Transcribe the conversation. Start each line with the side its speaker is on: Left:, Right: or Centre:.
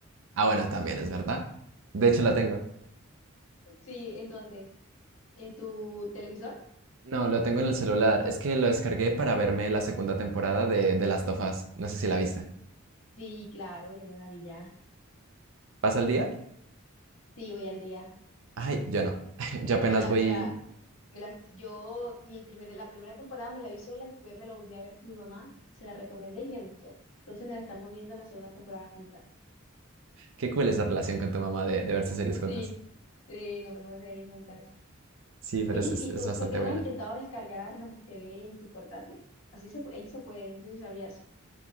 Right: Ah, bueno, también es verdad. De hecho, la tengo.
Left: Sí, ¿en dónde? ¿En tu televisor?
Right: No, lo tengo en el celular. Es que lo descargué para verme la segunda temporada de, de Last of Us. No sé si la viste.
Left: Sí, claro, yo me la vi ya.
Right: ¿Pasa el día?
Left: Sí, voy al día.
Right: Ay, yo no. <laughs> Yo apenas
Left: Me la,
Right: voy.
Left: me la, me la, yo el primer- la primera temporada me la vi sola, después me la volví a ver con mi mamá, se la recomendé y le gustó. Entonces nos estamos viendo la segunda temporada juntas.
Right: Qué cool esa relación con tu mamá de, de verse series
Left: Sí,
Right: juntas.
Left: sí, nos vemos series juntas.
Right: Sí,
Left: Oye,
Right: pero es, es,
Left: ¿y
Right: es
Left: tú
Right: bastante
Left: por qué
Right: buena.
Left: no has intentado descargar Magis TV en tu portátil? Así se, pu- ahí se puede, no sé si sabías.